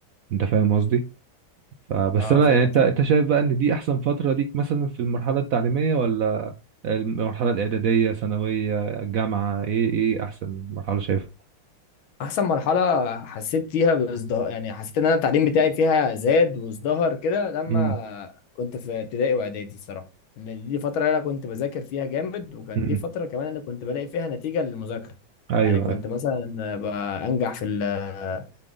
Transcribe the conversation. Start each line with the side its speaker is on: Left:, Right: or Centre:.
Right: انت فاهم قصدي فبس
Left: اه
Right: انا
Left: فاهم
Right: يعني انت
Left: طبعا
Right: انت شايف بقى ان دي احسن فترة ليك مثلا في المرحلة التعليمية ولا المرحلة الاعدادية ثانوية جامعة ايه ايه احسن مرحلة شايفها
Left: احسن مرحله حسيت فيها بازدهار يعني حسيت ان انا التعليم بتاعي فيها زاد وازدهر كده لما
Right: امم
Left: كنت في ابتدائي واعدادي صراحه ان دي فتره انا كنت بذاكر فيها جامد وكانت
Right: امم
Left: دي فتره كمان انا كنت بلاقي فيها نتيجه للمذاكره
Right: ايوه
Left: يعني كنت
Right: أيوة.
Left: مثلا بقى انجح في ال-